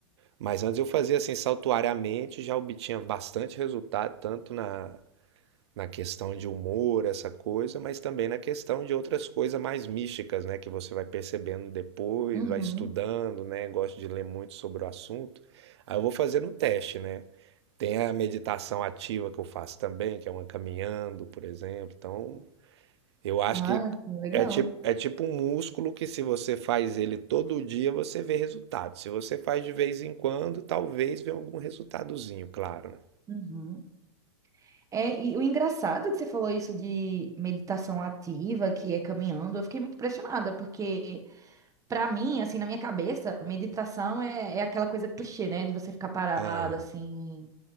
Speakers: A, on the right; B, on the right.
A: Mas antes eu fazia assim, saltuariamente, já obtinha bastante resultado, tanto na, na questão de humor, essa coisa, mas também na questão de outras coisas mais místicas, né, que você vai percebendo depois,
B: Uhum.
A: vai estudando, né, gosto de ler muito sobre o assunto. Aí eu vou fazendo o teste, né? Tem a meditação ativa que eu faço também, que é uma caminhando, por exemplo. Então, eu acho
B: Ah,
A: que
B: sim, legal.
A: é tipo, é tipo um músculo que se você faz ele todo dia, você vê resultado. Se você faz de vez em quando, talvez venha algum resultadozinho, claro, né?
B: Uhum. É, e o engraçado é que você falou isso de meditação ativa, que é caminhando, eu fiquei muito impressionada, porque pra mim, assim, na minha cabeça, meditação é, é aquela coisa clichê, né? De você ficar parado,
A: Ah,
B: assim,